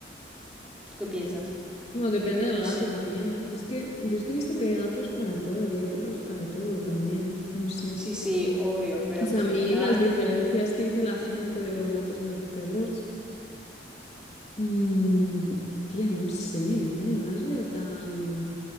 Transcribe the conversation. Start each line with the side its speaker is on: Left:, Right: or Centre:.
Centre: ¿Tú qué piensas?
Left: Bueno, depende del
Centre: No
Left: gato
Centre: sé.
Left: también, ¿no? Yo es que, yo es que he visto que hay gatos para todo y hay perros para todo también, no sé.
Centre: Sí, sí, obvio, pero
Left: O
Centre: en
Left: sea,
Centre: general.
Left: a mí las diferencias que dice la gente de los gatos y los perros, mm, tía, no sé, ¿eh? No las veo tan...